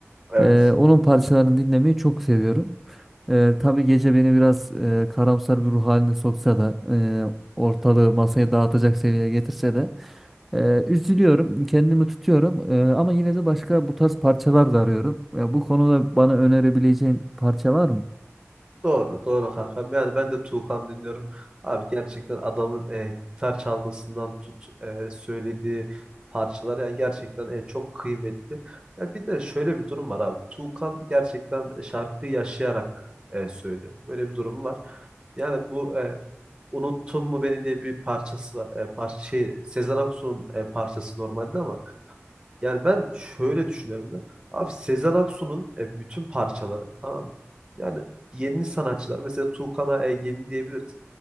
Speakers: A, on the right; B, in the centre.
A: Evet.
B: Eee, onun parçalarını dinlemeyi çok seviyorum. Eee tabii gece beni biraz eee, karamsar bir ruh haline soksa da e, ortalığı masaya dağıtacak seviyeye getirse de e, üzülüyorum, kendimi tutuyorum E, ama yine de başka bu tarz parçalar da arıyorum. Ya bu konuda bana önerebileceğin parça var mı?
A: Doğru, doğru kankam. Yani ben de Tuğkan dinliyorum. Abi gerçekten adamın e, gitar çalmasından tut e, söylediği parçalar yani gerçekten e, çok kıymetli. Ya bir de şöyle bir durum var abi. Tuğkan gerçekten e, şarkıyı yaşayarak e, söylüyor. Böyle bir durum var. Yani bu e, Unuttun mu beni diye bir parçası var. E, parça şey Sezen Aksu'nun e, parçası normalde ama Yani ben şöyle düşünüyorum da. Abi Sezen Aksu'nun e, bütün parçaları tamam mı? Yani yeni sanatçılar mesela Tuğkan'a e, diyebiliriz.